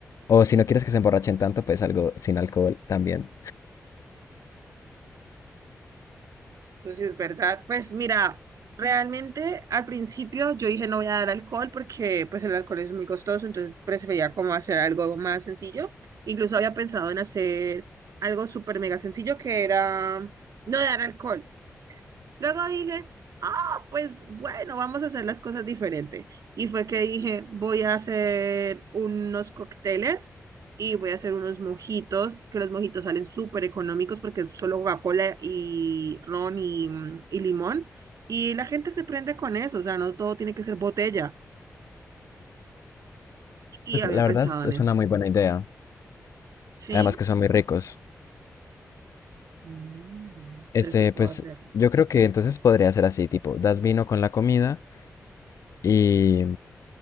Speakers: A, on the left; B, on the right.
A: O si no quieres que se emborrachen tanto, pues algo sin alcohol también.
B: Entonces, es verdad. Pues mira, realmente al principio yo dije no voy a dar alcohol porque pues el alcohol es muy costoso, entonces prefería como hacer algo más sencillo. Incluso había pensado en hacer algo súper mega sencillo que era no dar alcohol. Luego dije, ah, pues bueno, vamos a hacer las cosas diferente. Y fue que dije, voy a hacer unos cócteles y voy a hacer unos mojitos, que los mojitos salen súper económicos porque es solo Coca-Cola y ron y, mm, y limón. Y la gente se prende con eso, o sea, no todo tiene que ser botella. Y
A: Pues
B: había
A: la
B: pensado
A: verdad es es
B: en eso.
A: una muy buena idea.
B: ¿Sí?
A: Además que son muy ricos.
B: Mm, Entonces
A: Este,
B: sí puedo
A: pues
B: hacerlo.
A: yo creo que entonces podría ser así, tipo, das vino con la comida y,